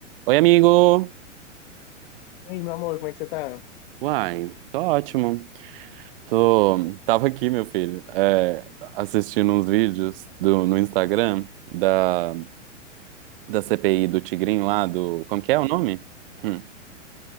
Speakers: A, on the right; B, on the left.
A: Oi, amigo!
B: Ei, meu amor, como é que você tá?
A: Uai, tô ótimo. Tô... Tava aqui, meu filho, é, assistindo uns vídeos do, no Instagram da, da CPI do Tigrinho lá, do... Como que é o nome? Hum,